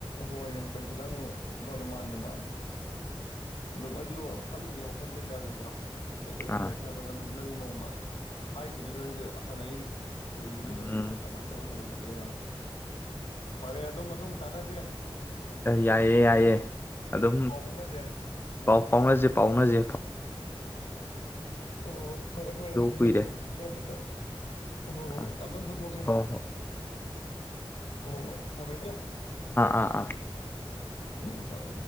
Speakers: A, on the left; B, on the left.
A: ꯍꯣꯏꯅꯦ ꯈꯤꯇꯪ ꯐꯅꯤ ꯃꯥꯅꯤ ꯃꯥꯅꯤ ꯑꯗꯨꯝ ꯑꯩꯁꯨ ꯐꯅꯦ ꯑꯣꯈꯥꯟꯗꯤ ꯌꯥꯗꯀꯣ ꯀꯩꯗꯧꯁꯤꯒꯦ
B: ꯑꯥ
A: ꯈꯔꯃꯗꯅ ꯅꯪꯗꯤ ꯅꯣꯡꯃ ꯍꯥꯏꯈꯤꯕꯗꯨ ꯅꯪꯗꯤ ꯍꯪꯉꯛꯏꯅꯦ ꯏ ꯑꯗꯨꯗꯨ
B: ꯎꯝ
A: ꯊ ꯇꯥꯏꯁꯨꯣ ꯀꯃꯥꯏ ꯇꯧꯜ ꯑꯣꯏ ꯌꯦ ꯐꯔꯦ ꯑꯗꯨꯝ ꯃꯇꯨꯡ ꯇ ꯎꯆꯦ
B: ꯌꯥꯏꯑꯦ ꯌꯥꯏꯑꯦ ꯑꯗꯨꯝ
A: ꯄꯥꯎ ꯐꯥꯎꯅꯁꯦ
B: ꯄꯥꯎ ꯐꯥꯎꯅꯁꯦ ꯄꯥꯎꯅꯁꯦꯥꯎ
A: ꯑꯣꯣꯏ ꯐꯔꯦ ꯐꯔꯦ ꯑꯗꯨꯗꯤ
B: ꯀꯨꯏꯔꯦ
A: ꯑꯗꯨꯗꯤꯃꯦꯦ ꯍꯣꯏ ꯍꯣꯏ
B: ꯑꯥ
A: ꯌꯥꯝꯇꯪ ꯄꯨꯊꯣꯛꯁꯦ
B: ꯍꯣꯏ
A: ꯑꯣ ꯍꯣꯏ ꯊꯝꯃꯦꯀꯣ
B: ꯑꯥ ꯑꯥ
A: ꯎꯝ ꯇꯕ